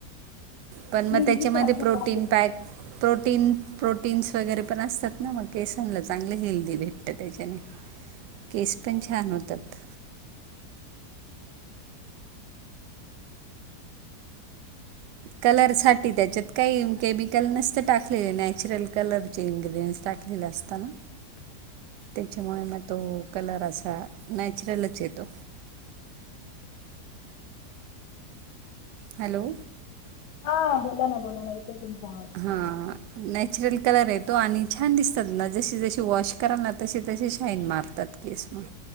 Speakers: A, on the right (about 85°); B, on the left (about 80°).
A: पण मग
B: मेहंदी
A: त्याच्यामध्ये
B: सारखंच
A: प्रोटीन
B: आहे ते.
A: पॅक. प्रोटीन प्रोटीन्स वगैरे पण असतात ना मग केसांला चांगलं हेल्दी भेटतं त्याच्याने. केस पण छान होतात. कलरसाठी त्याच्यात काही केमिकल नसतं टाकलेलं नॅचरल कलर चे इन्ग्रेडियंट्स टाकलेले असताना.
B: <inaudible>
A: त्याच्यामुळे मग तो कलर असा नॅचरलच येतो. हॅलो.
B: हा बोला ना, बोला ना येतोय तुमचा आवाज.
A: हा नॅचरल कलर आहे तो, आणि छान दिसतात ना जशी-जशी वॉश कराल ना तसे तसे शाईन मारतात केस मग,